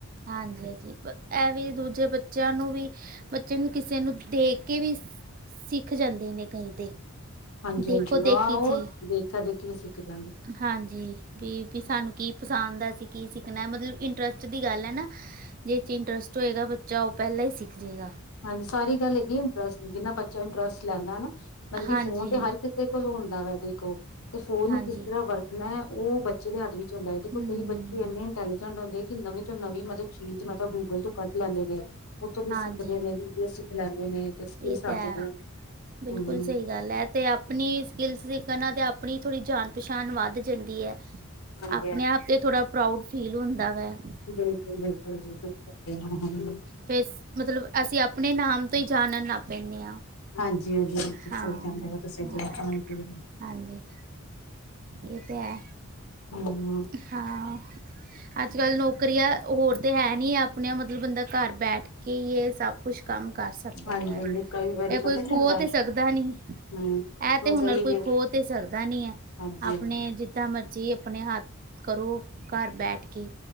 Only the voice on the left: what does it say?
ਹਾਂਜੀ-ਹਾਂਜੀ
ਆਹ ਉਹ
ਦੇਖਾ ਦੇਖੀ ਵੀ ਸਿੱਖ ਜਾ
ਹਾਂਜੀ, ਸਾਰੀ ਗੱਲ ਹੈਗੀ ਇੰਟਰਸਟ, ਜਿੰਨਾ ਬੱਚਾ ਇੰਟਰਸਟ ਲੈਂਦਾ, ਮਤਲਬ ਕਿ
ਫੋਨ ਤੇ ਹਰ ਕਿਸੇ- ਹੁੰਦਾ ਵ ਦੇਖੋ, ਤੇ ਫੋਨ
ਨੂੰ ਕਿਸ ਤਰ੍ਹਾਂ ਵਰਤਣਾ, ਉਹ ਬੱਚੇ ਦੇ ਹੱਥ ਵਿੱਚ ਹੁੰਦਾ ਹੈ, ਦੇਖੋ
ਕਈ ਬੱਚੇ ਕਿ ਇੰਨੇ ਇੰਟੈਲੀਜੈਂਟ ਹੁੰਦੇ ਕਿ ਨਵੀਂ ਤੋਂ ਨਵੀਂ, ਮਤਲਬ ਚੀਜ਼ ਮਤਲਬ ਗੂਗਲ ਤੋਂ ਕੱਢ ਲੈਂਦੇ ਨੇ, ਉੱਥੋਂ ਦੀ
ਅਸੀਂ ਖਲਾਦੇ ਨੇ ਤੁਸੀਂ
ਸਦੇ
ਹ
ਹਮ ਹ
<unintelligible>
ਹਾਂਜੀ
ਹਾਂਜੀ
ਬਿਲਕੁਲ- ਬਿਲਕੁਲ -ਬਿਲਕੁਲ
ਹਾਂਜੀ-ਹਾਂਜੀ
ਸਹੀ ਕਹਿੰਦੇ ਪਏ ਹੋ ਤੁਸੀ ਜੀ
ਹਾਂਜੀ
ਹਮ -ਹਮ।
ਹਾਂਜੀ
ਹਾਂਜੀ, ਕਈ ਵਾਰੀ
ਪਤਾ ਕੀ
ਹੁੰਦਾ
ਹੂੰ ਹੁਣ
ਕਈ
ਲੇ
ਹਾਂਜੀ
ਹਾਂਜੀ